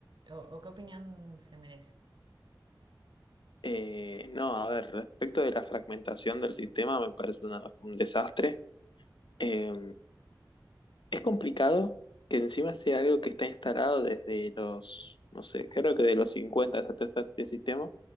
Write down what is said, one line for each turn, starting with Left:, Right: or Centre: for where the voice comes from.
Right: o o qué opinión se merece?
Left: Eh, no, a ver, respecto de la fragmentación del sistema, me parece una- un desastre. Eh, es complicado que encima sea algo que está instalado desde los, no sé, creo que de los 50 hasta este, este sistema.